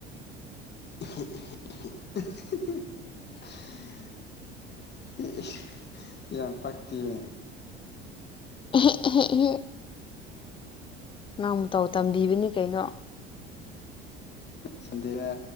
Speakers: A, on the left; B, on the left.
A: <unintelligible> ꯏꯁ ꯌꯥꯝ ꯄꯛꯇꯤꯌꯦ꯫
B: <unintelligible> ꯅꯪ ꯃꯇꯧ ꯇꯝꯕꯤꯕꯅꯤ ꯀꯩꯅꯣ꯫
A: ꯁꯟꯗꯦꯗ